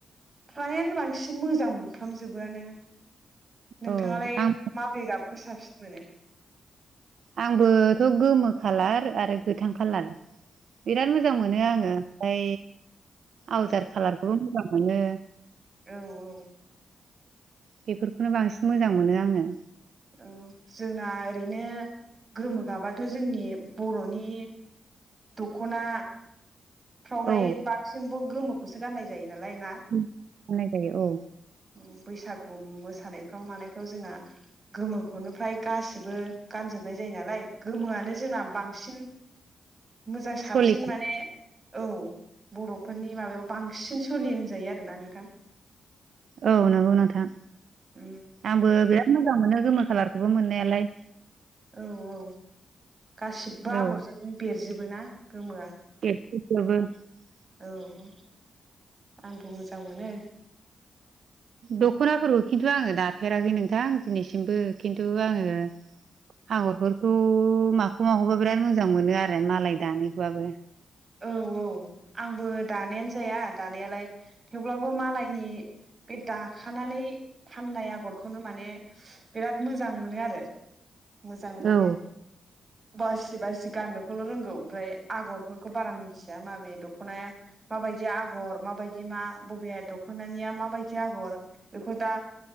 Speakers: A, on the right; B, on the right.
A: फ्रायानो बांसिन मोजां मोनफ्रामजोबोआनो। नोंथाङालाय
B: औ आं
A: माबे गाबखौ साबसिन मोनो।
B: आंबोथ' गोमो खालार आरो गोथां खालार बिराद मोजां मोनो आङो ओमफ्राय आवजार
A: औ
B: खालारखौबो मोजां मोनो।
A: औ औ।
B: बेफोरखौनो बांसिन मोजां मोनो आङो।
A: औ जोंना ओरैनो। गोमो गाबाथ' जोंनि बर'नि दख'ना फ्रावहाय
B: औ
A: बांसिनबो गोमोखौसो गाननाय जायो। नालाय ना?
B: गाननाय जायो औ
A: <inaudible> बैसाग ओम मोसानायफ्राव मानायफ्राव जोंना गोमोखौनो फ्राय गासिबो गानजोबनाय जायो नालाय गोमोआनो जोंना बांसिन मोजां साबसिन
B: सलि
A: माने औ बर'फोरनि माबायाव बांसिन सोलि होनजायो आरोना नोंथां।
B: औ नंगौ नोंथां।
A: उम
B: आंबो बे मोजां मोनो गोमो खाालारखौबो मोननायालाय
A: औ औ, गासिबो आगरजों
B: औ
A: नों बेरजोबो ना गोमोआ।
B: <unintelligible>
A: औ औ <inaudible> आंबो मोजां मोनो।
B: दख'नाफोरखौ खिन्थु आङो दाफेराखै नोंथां दिनैसिमबो खिन्थु आङो आगरफोरखौ माखौ माखौबा बिराद मोजां मोनो आरो मालाय दानायबाबो।
A: औ औ आंबो दानायानो जाया दानायालाय थेवब्लाबो मालायनि बे दाखानानै फाननाय आगरखौनो माने बिराद मोजां मोनो आरो। मोजां माने
B: औ
A: बासि बासि गाननोखौल' रोंगौ ओमफ्राय आगरफोर बारा मिथिया माबे दख'नाय माबायदि आगर माबायदि मा बबे दख'नानिया मा माबायदि आगर बेखौ दा